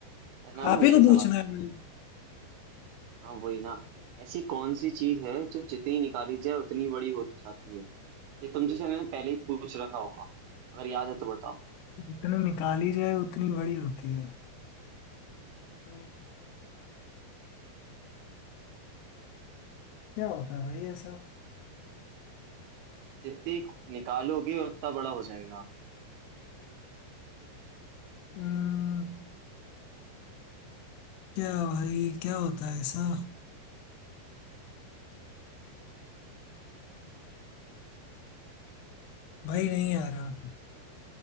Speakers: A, on the right; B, on the left.
A: ना ना
B: आप
A: मेरे
B: ही को
A: सवाल
B: पूछना
A: है।
B: है भाई
A: हाँ वही ना ऐसी कौन सी चीज है जो जितनी निकाली जाए उतनी बड़ी होती जाती है ये तुमसे शायद मैंने पहले ही पूछ रखा होगा अगर याद है तो बताओ
B: जितने निकाली जाए उतनी बड़ी होती है हम्म, क्या होता है भाई ऐसा
A: जितनी निकालोगे उतना बड़ा हो जाएगा
B: हम्म, क्या भाई क्या होता है ऐसा भाई नहीं आ रहा